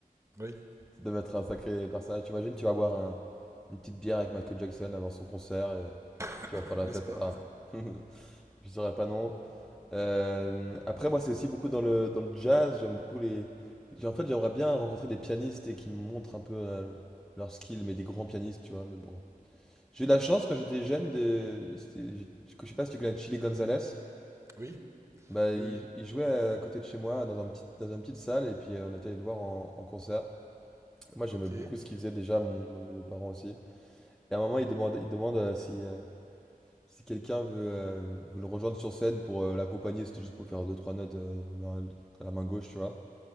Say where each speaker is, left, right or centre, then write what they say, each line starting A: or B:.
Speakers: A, on the right (about 20°); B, in the centre.
A: Oui,
B: Ça devait être un sacré personnage. Tu imagines, tu vas boire un- une petite bière avec Michael Jackson avant son concert et
A: <clears throat>
B: tu vas faire la
A: n'est-ce
B: fête.
A: pas
B: Enfin, <laughs> je dirais pas non. Euh, après, moi, c'est aussi beaucoup dans le, dans le jazz. J'aime beaucoup les. j'ai- En fait, j'aimerais bien rencontrer des pianistes et qui me montrent un peu euh, leur skill, mais des grands pianistes, tu vois. Mais bon. J'ai eu la chance quand j'étais jeune de. c'était- Je je sais pas si tu connais Chili Gonzalez.
A: Oui,
B: Bah, il,
A: oui, oui.
B: il jouait à côté de chez moi, dans un petit, dans une petite salle, et puis euh, on était allé le voir en, en concert. Moi, j'aimais
A: Ok,
B: beaucoup ce qu'il faisait déjà, mon, mon- mes parents aussi. Et à un moment, il demande, il demande euh, si, euh, si quelqu'un veut, euh, veut le rejoindre sur scène pour euh, l'accompagner. C'était juste pour faire deux, trois notes euh, main- à la main gauche, tu vois.